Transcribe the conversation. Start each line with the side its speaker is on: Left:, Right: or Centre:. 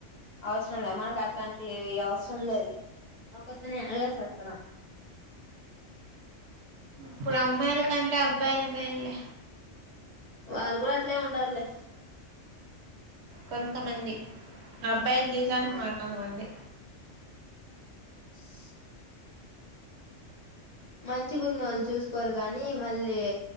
Left: అవసరం లేదు మనకు అట్లాంటి వి అవసరం లేదులే ఒక్కర్తోనే ఎగలేక చస్తున్నా
Right: ఇప్పుడు అమ్మాయిల కంటే అబ్బాయిలే మేల్లే
Left: వాళ్ళు కూడా అట్లే ఉండార్లే
Right: కొంతమంది అబ్బాయిల జీవితానికి
Left: ఆ
Right: మరికొంత మంది
Left: <unintelligible> మంచిగున్నోళ్ళు చూసుకోరు కానీ మళ్ళీ